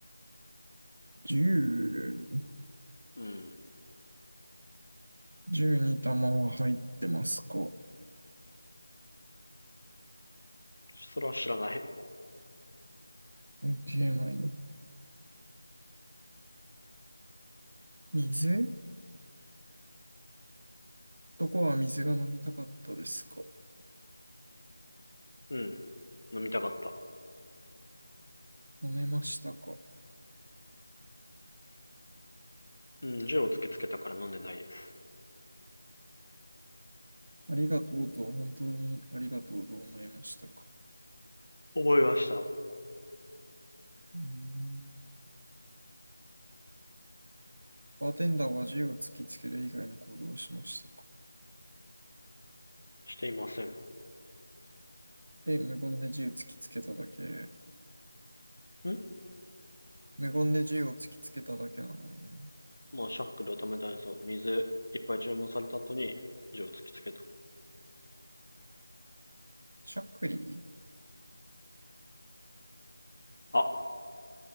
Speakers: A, on the right; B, on the left.
A: 10、
B: うん。
A: 1玉は入ってますか
B: それは知らない。
A: 見えない。水どこは水が飲みたかったですか
B: うん。飲みたかった。
A: 飲めましたか
B: うん、銃を突きつけたから飲んでないです。
A: ありがとうとは本当にありがとうと思いましたか
B: 覚えました。
A: うーん。バーテンダーは銃を突きつける以外の行動をしましたか
B: していません。
A: え、無言で銃突きつけただけ。
B: ん
A: 無言で銃を突きつけただけなのね。
B: まあ、シャックルを止めたんですよ。水、いっぱい注文された後に、銃を突きつけた。
A: しゃっくり
B: あ、